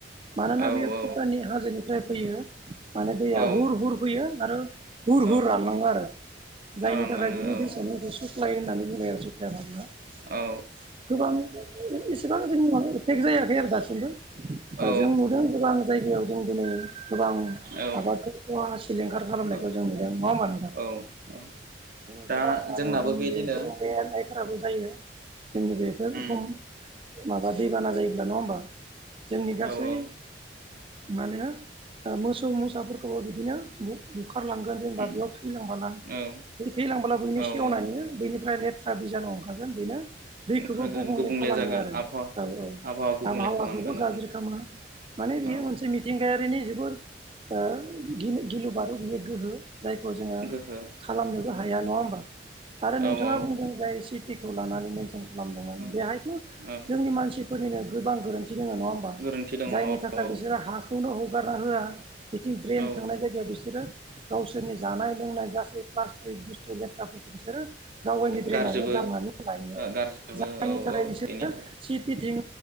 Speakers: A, on the right; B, on the right.
A: मानोना
B: औ
A: बेयो
B: औ
A: फुटाननि हाजोनिफ्राय फैयो माने दैया
B: औ
A: हुर हुर फैयो आरो हुर हुर
B: औ
A: रानलांङो आरो। जायनि
B: रानलाङो
A: थाखाय बिनि
B: औ
A: दैसानिखौ सुप्लाय होननानै बुंङो। <unintelligible>
B: औ
A: गोबां इसेबां जोंनि फेक्ट जायाखै आरो दासिमबो
B: औ
A: जों नुदों गोबां जायगायाव जों दिनै गोबां
B: औ
A: आबादखौ अवा सिलिंखार खालामनायखौ
B: औ
A: जों नुदों नंङा होमबा नोंथां?
B: औ औ
A: जोंङो
B: दा
A: गोबां आरो
B: जोंनाबो
A: जोंनि
B: बेदिनो
A: बे <unintelligible> फोराबो जायो जोंनि बेफोर
B: उम
A: खम माबा दैबाना जायोब्ला नंङा होमबा? जोंनि गासै
B: औ औ
A: माने मोसौ मोसाफोरखौबो बिदिनो बु-बु बुखारलांगोन जेनेबा
B: उम
A: बेयाव थैलांब्ला
B: औ
A: थैलांब्ला बैनि सेवनायनि
B: औ औ
A: बैनिफ्राय लेथ था बिजान' ओंखारगोन बेनो दैखौबो
B: ओंखारगोन
A: गुबुंले खालामो
B: जागोन
A: आरो
B: आबहावा
A: औ औ
B: आबहावा गुबुंले
A: आबहावाखौबो
B: खालामगोन
A: गाज्रि खालामा माने बेयो
B: औ
A: मोनसे मिथिंगायारिनि जु गुर ओ गिलु-गिलु बारु बियो गोहो जायखौ जोंङो
B: गोहो
A: खालामनोबो
B: औ
A: हाया नंङा होमबा आरो नोंथांङा
B: औ
A: बुंदों जाय सि टि खौ लानानै मेनसन खालामदोंमोन
B: औ
A: बेहायथ'
B: औ
A: जोंनि मानसिफोरनिनो गोबां गोरोन्थि दंङ नंङा होमबा
B: गोरोन्थि दङ
A: जायनि
B: औ
A: थाखाय
B: औ
A: बिसोरो हाखौनो हगारना होआ बिथिं ड्रेन
B: औ
A: थांनाय जायगायाव बिसोरो गावसोरनि जानाय लोंनाय गासै थ्रि बुस्थु लेथ्राफोरखौ बिसोरो गावनि ड्रेनावनो
B: गारजोबो
A: गारनानै लायो
B: गारजोबो
A: जायनि
B: औ
A: थाखाय
B: औ
A: सोरो
B: बेनि
A: सिटि थ्रिं